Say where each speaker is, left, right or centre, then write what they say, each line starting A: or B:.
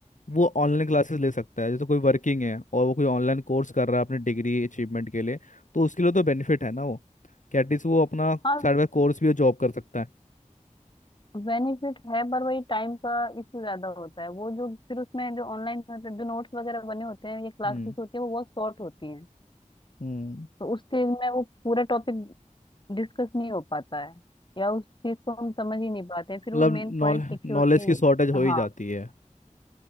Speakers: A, on the left; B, on the left.
A: वो ऑनलाइन क्लासेस ले सकता है जैसे कोई वर्किंग है और वो कोई ऑनलाइन कोर्स कर रहा है अपनी डिग्री अचीवमेंट के लिए तो उसके लिए तो बेनिफिट है ना वो कि एटलीस्ट वो अपना
B: हाँ
A: साइड बाय कोर्स भी और जॉब कर सकता है
B: बेनिफिट है पर वही टाइम का इशू ज्यादा होता है वो जो फिर उसमें जो ऑनलाइन मतलब जो नोट्स वगैरह बने होते हैं या क्लासेस
A: हम्म
B: होती है वो बहुत शॉर्ट होती हैं
A: हम्म
B: तो उस चीज में वो पूरा टॉपिक डिस्कस नहीं हो पाता है या उस चीज को हम समझ ही नहीं पाते हैं फिर
A: मतलब
B: वो मेन पॉइंट
A: नॉलेज
B: लिखे
A: नॉलेज
B: होते हैं
A: की शॉर्टेज हो ही
B: हाँ
A: जाती है